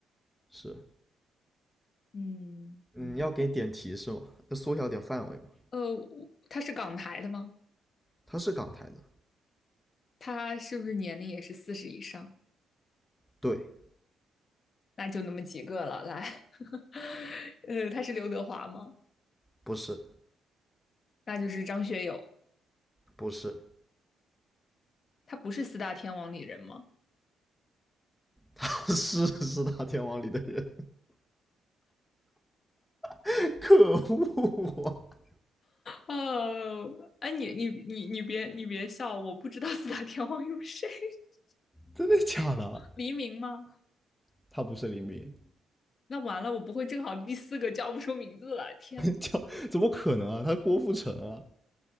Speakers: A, in the centre; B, on the left (about 45°).
A: 是。
B: <laughs> 嗯，
A: 嗯，要给点提示吗？要缩小点范围吗？
B: 呃，我他是港台的吗？
A: 他是港台的。
B: 他是不是年龄也是四十以上？
A: 对，
B: 那就那么几个了。来，<laughs> 呃，他是刘德华吗？
A: 不是，
B: 那就是张学友。
A: 不是，
B: 他不是四大天王里人吗？
A: <laughs> 是四大天王里的人，<laughs> 可恶啊！
B: 哦，哎，你你你你别你别笑，我不知道四大天王有谁。<laughs>
A: 真的假的啊？
B: 黎明吗？
A: 他不是林斌，
B: 那完了，我不会正好第四个叫不出名字了。天，
A: 叫 <laughs> 怎么可能啊？他是郭富城啊！